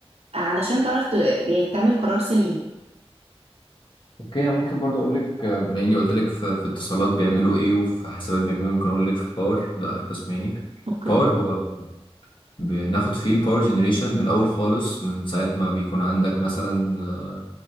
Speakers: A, on the right (about 80°); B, on the left (about 50°).
A: آه، علشان تعرف ت... يعني تعمل قرار سليم
B: اوكي انا ممكن برضو اقول لك آه، بما اني قلت لك في, في اتصالات بيعملوا ايه وفي حسابات بيعملوا ايه ممكن اقول لك في باور ده اخر قسم يعني
A: اوكي
B: باور هو بناخد فيه الباور جنريشن من الاول خالص من ساعه ما بيكون عندك مثلا آه،